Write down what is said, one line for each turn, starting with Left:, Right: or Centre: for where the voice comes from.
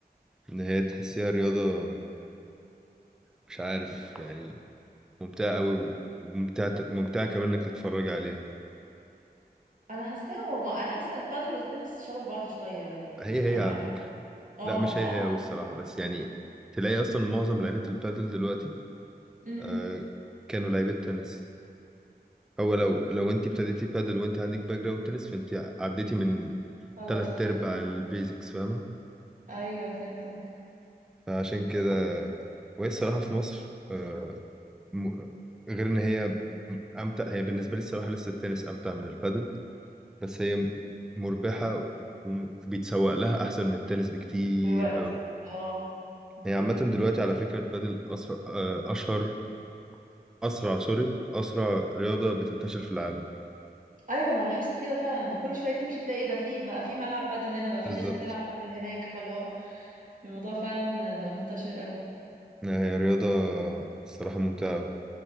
Centre: ان هي تحسيها رياضة مش عارف يعني ممتعة قوي و- وممتعة ممتعة كمان انك تتفرج عليها
Right: انا حاساهم هما- انا حاسه البادل والتنس شبه بعض شويه بقى يعني
Centre: هي
Right: انا
Centre: هي على
Right: ما لعبت
Centre: فكرة
Right: اه
Centre: لا مش
Right: صح
Centre: هي هي قوي الصراحة بس يعني تلاقي اصلا معظم لعيبة البادل دلوقتي
Right: امم
Centre: آه كانوا لعيبة تنس هو لو لو انت ابتديتي بادل وانت عندك باك جراوند تنس فانت عديتي من
Right: خلاص
Centre: تلات
Right: كده
Centre: ارباع
Right: اه
Centre: البيزكس فاهمه
Right: ايوه فهمتك
Centre: فعشان كده وهي الصراحه في مصر آه، م- غير ان هي امتع هي بالنسبه لي الصراحه لسه التنس امتع من البادل بس هي مربحه وبيتسوق لها احسن من التنس بكتير
Right: دلوقتي
Centre: أوي
Right: اه اوكي
Centre: هي عامه دلوقتي على فكره البادل اسرع آه، اشهر اسرع سوري اسرع رياضه بتنتشر في العالم
Right: ايوه انا لاحظت كده فعلا بقى كل شويه تمشي تلاقي إيه ده في بقى في ملعب بادل هنا بقى في
Centre: بالظبط
Right: ناس بتلعب بادل هناك فاللي هو الموضوع فعلا بقى منتشر قوي
Centre: لا، هي رياضه الصراحه ممتعه أوي